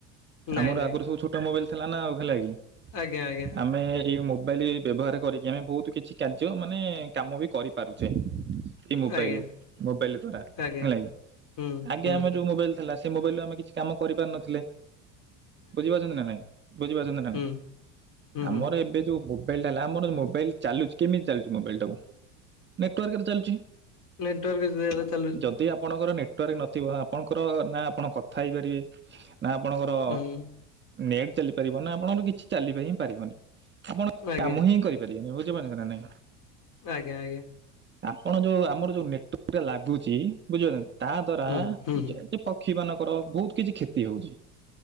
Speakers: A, on the left; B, on the right.
A: ନାଇଁ
B: ଆମର
A: ନାଇଁ।
B: ଆଗରୁ ସବୁ ଛୋଟ ଅଟୋମୋବାଇଲ ଥିଲା ନା ଆଉ ହେଲା କି।
A: ଆଜ୍ଞା ଆଜ୍ଞା।
B: ଆମେ ଏଇ ମୋବାଇଲ ବ୍ୟବହାର କରିକି ଆମେ ବହୁତ କିଛି କାର୍ଯ୍ୟ ମାନେ କାମ ବି କରିପାରୁଛେ। ଏଇ ମୋବାଇଲ
A: ଆଜ୍ଞା
B: ରୁ ମୋବାଇଲ ଦ୍ଵାରା
A: ଆଜ୍ଞା
B: ହେଲା କିି
A: ହୁଁ
B: ଆଗେ
A: ହୁଁ।
B: ଆମେ ଯୋଉ ମୋବାଇଲ ହେଲା ସେ ମୋବାଇଲ ରୁ ଆମେ କିଛି କାମ କରିପାରୁ ନଥିଲେ। ବୁଝିପାରୁଛନ୍ତି ନା ନାଇଁ ବୁଝିପାରୁଛନ୍ତି ନା
A: ହୁଁ
B: ନାଇଁ
A: ହୁଁ
B: ଆମର
A: ହୁଁ
B: ଏବେ ଯୋଉ ମୋବଇଲଟା ହେଲା ଆମର ମୋବାଇଲ ଚାଲୁଛି କେମିତି ଚାଲଛି ମୋବାଇଲ ଟାକୁ ନେଟାର୍କ ଚାଲୁଛି।
A: ନେଟୱର୍କଯେ ଚାଲ।
B: ଯଦି ଆପଣଙ୍କର ନେଟୱାର୍କ ନଥିବ ଆପଣଙ୍କର ନା ଆପଣ କଥା ହେଇପାରିବେ। ନା ଆପଣଙ୍କର
A: ହୁଁ
B: ନେଟ୍ ଚାଲିପାରିବ ନା ଆପଣଙ୍କର କିଛି ଚାଲିବା ହିଁ ପାରିବନି। ଆପଣ
A: ଆଜ୍ଞା।
B: କାମ ହିଁ କରିପାରିବେନି ବୁଝିପାରୁଛନ୍ତି ନା ନାଇଁ।
A: ଆଜ୍ଞା ଆଜ୍ଞା।
B: ଆପଣ ଯୋଉ ଆମର ଯୋଉ ନେଟୱର୍କ ଲାଗୁଛି ବୁଝିପାରୁ ତା ଦ୍ଵାରା
A: ହୁଁ ହୁଁ ହୁଁ
B: ଯେ ପକ୍ଷୀ ମାନଙ୍କର ବହୁତ କିଛି କ୍ଷତି ହଉଛି